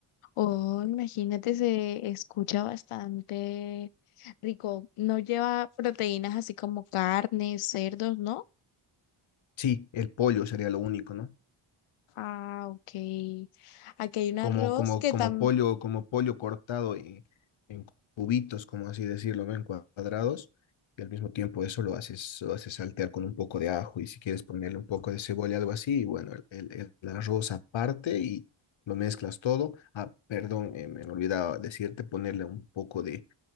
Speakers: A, on the left (about 80°); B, on the left (about 65°).
A: Oh, imagínate, se escucha bastante rico. No lleva proteínas así como carnes, cerdos, ¿no?
B: Sí, el pollo sería lo único, ¿no?
A: Ah, ok. Aquí hay un
B: Como,
A: arroz
B: como,
A: que
B: como
A: también...
B: pollo, como pollo cortado en, en cubitos, como así decirlo, ¿no? En cuadrados. Y al mismo tiempo eso lo haces, lo haces saltear con un poco de ajo y si quieres ponerle un poco de cebolla, algo así. Y bueno, el, el- el arroz aparte y lo mezclas todo. Ah, perdón, eh, me olvidaba decirte ponerle un poco de,